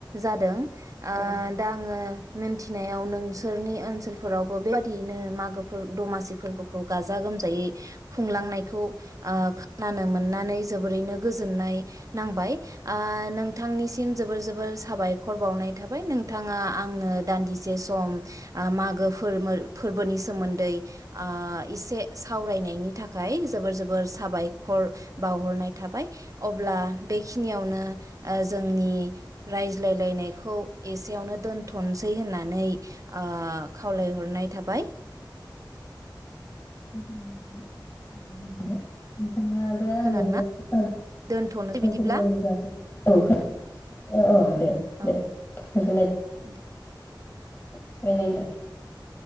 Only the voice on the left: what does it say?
औ
<inaudible> नोंथाङाबो आंनो
मागो
फोरबोनि बागै औ खो औ दे
दे गोजोननाय
<unintelligible>